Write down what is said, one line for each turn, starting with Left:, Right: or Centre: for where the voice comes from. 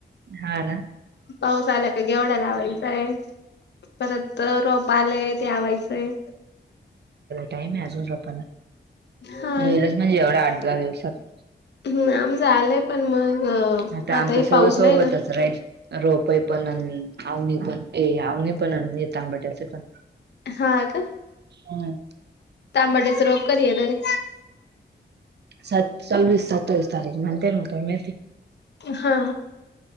Right: हा ना.
Left: पाऊस आला का गेवळ्याला आवायचाय परत रोप आलाय तेलावायचंय
Right: टाम आहे अजून रोपला
Left: हा
Right: येेलच म्हणजे एवढा आठ दहा दिवसात..
Left: ह आम झालंय पण मग..
Right: आता
Left: आताही
Right: आमचं सगळं
Left: पाऊस
Right: सोबतच
Left: नाही ना
Right: राहील. रोपई पण आवनी पण ए आवनी पण येत आंबाट्याचे पण.
Left: हा का.
Right: हम्.
Left: तांबड्याच रोप कधी येणार रे.
Right: स चोवीस सत्तावीस तारीख मण ते म का मती..
Left: हा.